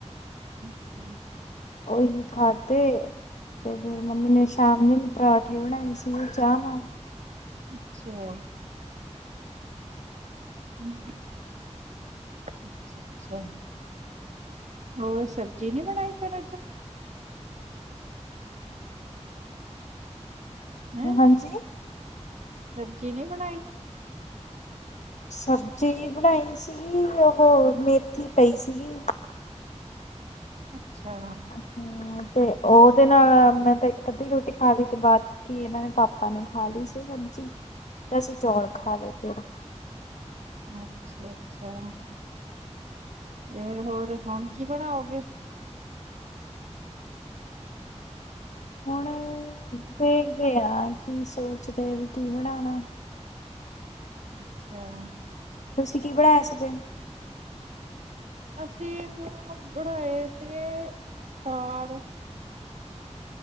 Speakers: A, on the right (about 75°); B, on the left (about 80°).
A: ਅੱਛਾ
B: ਉਹੀ ਖਾਦੇ ਤੇ ਫੇਰ ਮੰਮੀ ਨੇ, ਸ਼ਾਮ ਜਿਨ ਪਰਾਂਠੇ ਬਣਾਏ ਸੀ ਚਾਹ ਨਾਲ
A: ਅੱਛਾ ਹ <unintelligible> ਅੱਛਾ ਅੱਛਾ, ਹੋਰ ਸਬਜ਼ੀ ਨੀ ਬਣਾਈ ਫਿਰ ਅਜ ਹੈਂ
B: ਹਾਂਜੀ
A: ਸਬਜ਼ੀ ਨੀ ਬਣਾਈ
B: ਸਬਜ਼ੀ ਬਣਾਈ ਸੀਗੀ, ਉਹ ਮੇਥੀ ਪਈ ਸੀਗੀ।
A: ਅੱਛਾ।
B: ਹੂ, ਤੇ ਉਹਦੇ ਨਾਲ ਮੈਂ ਤਾਂ ਇੱਕ ਅੱਧੀ ਰੋਟੀ ਖਾ ਲਈ, ਤੇ ਬਾਅਦ ਕੀ ਇਹਨਾਂ ਨੇ ਪਾਪਾ ਨੇ ਖਾ ਲਈ ਸੀ ਸਬਜ਼ੀ, ਤੇ ਅਸੀਂ ਚੌਲ ਖਾ ਲਏ ਫਿਰ
A: ਅੱਛਾ ਅੱਛਾ। ਫਿਰ ਹੋਰ, ਹੁਣ ਕੀ ਬਣਾਓਗੇ
B: ਹੁਣ ਦੇਖਦੇ ਹਾਂ, ਕੀ ਸੋਚਦੇ ਵੀ ਕੀ ਬਣਾਉਣਾ
A: ਅੱਛਾ
B: ਤੁਸੀਂ ਕੀ ਪੜਣਾਇਆ ਸੀ ਫਿਰ
A: ਅਸੀਂ ਉਹ ਬਣਾਏ ਸੀਗੇ ਦਾਲ